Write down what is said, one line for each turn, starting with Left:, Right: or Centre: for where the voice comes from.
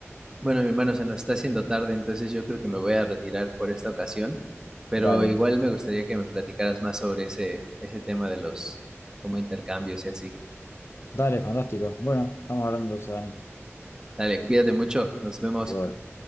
Right: Bueno, mi hermano, se nos está haciendo tarde, entonces yo creo que me voy a retirar por esta ocasión, pero
Left: Dale,
Right: igual me gustaría que me platicaras más sobre ese, ese tema de los como intercambios y así.
Left: dale, fantástico. Bueno, estamos hablando, Dani.
Right: Dale, cuídate mucho, nos vemos.
Left: Igual.